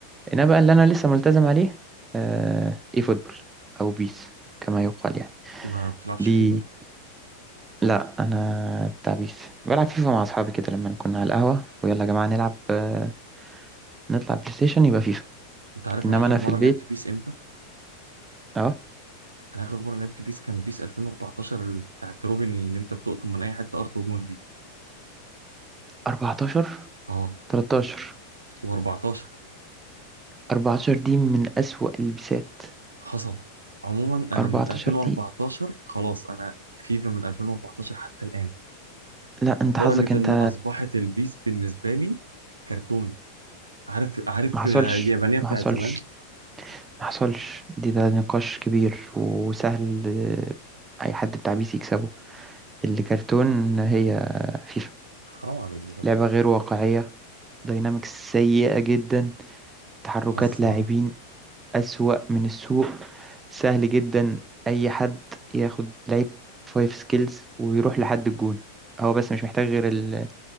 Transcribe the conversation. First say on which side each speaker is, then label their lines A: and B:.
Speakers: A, on the right (about 15°); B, on the right (about 85°).
A: انا بقى اللي انا لسه ملتزم عليه آه، اي فوتبول او بيس كما يقال يعني
B: ما بتلعبش
A: دي
B: فيفا
A: لا انا بتاع بيس بلعب فيفا مع اصحابي كده لما كنا على القهوه ويلا يا جماعه نلعب آه، نطلع بلاي ستيشن يبقى فيفا
B: انت عارف
A: انما
B: انا اخر
A: انا
B: مره
A: في البيت
B: لعبت بيس امتى
A: اه
B: انا اخر مره لعبت بيس كان بيس 2014 ال- بتاعت روبن اللي انت بتقطم من اي حته ارض وجون دي
A: 14
B: اه
A: 13
B: و14
A: 14 دي من اسوأ البسات
B: حصل عموما انا
A: 14
B: من 2014
A: دي
B: خلاص انا فيفا من 2014 حتى الان
A: لا انت
B: لدرجه
A: حظك انت
B: ان اصبحت البيس بالنسبه لي كرتون عارف عارف
A: ما حصلش
B: اليابانيه بتاعت
A: ما حصلش
B: زمان
A: ما حصلش دي ده نقاش كبير وسهل آه، أي حد بتاع بي سي يكسبه الكرتون هي فيفا
B: حرام عليك بجد
A: لعبة
B: والله
A: غير واقعية داينامكس سيئة جدا تحركات
B: هزر
A: لاعبين أسوأ من السوق سهل جدا أي حد ياخد لعيب فايف سكيلز ويروح لحد الجون هو بس مش محتاج غير ال-